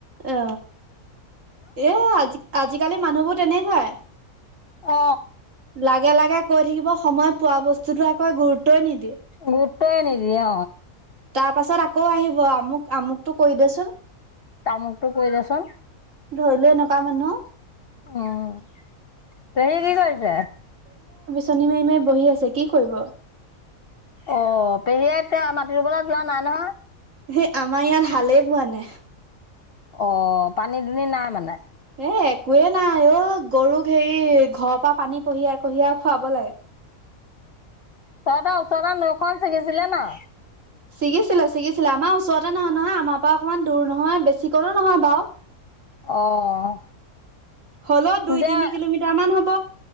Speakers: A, on the right (about 60°); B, on the left (about 50°).
A: অ এ আজি আজিকালি মানুহবোৰ তেনেকুৱাই
B: অ
A: লাগে লাগে কৈ থাকিব সময়ত পোৱা বস্তুতো আকৌ গুৰুত্বই নিদ
B: উ্তো এন দিয়
A: তাৰ পাছত আকৌ আহিব আমুক আমুকতটো কৈ দেচোন
B: তামুকটো কৰিৈ দেচোন
A: ধৰি লো এনেকুৱা মানুহ
B: উম ত কি কৰিছে
A: শনিীমাৰমে বহি আছে কি কৰিব
B: অ পেহীয়ে এতিয়া মাটি ৰুবা যোৱা নাই নহয়
A: সেই আমাৰ ইয়াৰ ভালেই পোৱা নে
B: অ পানী দুনি নাই মানে
A: এ একোৱে নাই অ গৰুক হেৰি ঘৰৰ পৰা পানী কঢ়িয়াই কঢ়িয়াই খুৱাব লাগে
B: তহতটা ওচৰটা নখন চিগিছিলে ন
A: ছিগিছিলে ছিগিছিলে আমাৰ ওচৰতে নহয় নহয় আমাৰ পৰা অকণমান দূৰ নহয় বেছিকণো নহয় বাৰু
B: অঁ
A: হ'লেও দুই
B: এতিয়া
A: তিনি কিলোমিটাৰ মান হ'ব